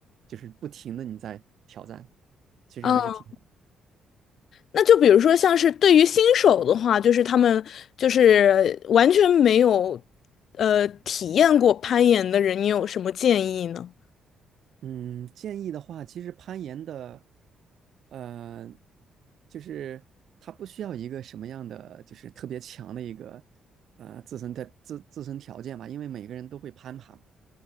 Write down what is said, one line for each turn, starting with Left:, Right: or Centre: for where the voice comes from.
Right: 就是不停的你在挑战，其实还是挺
Left: 嗯，那就比如说像是对于新手的话，就是他们就是完全没有呃体验过攀岩的人，你有什么建议呢？
Right: 嗯建议的话，其实攀岩的呃就是它不需要一个什么样的就是特别强的一个呃自身的自自身条件吧，因为每个人都会攀爬嘛。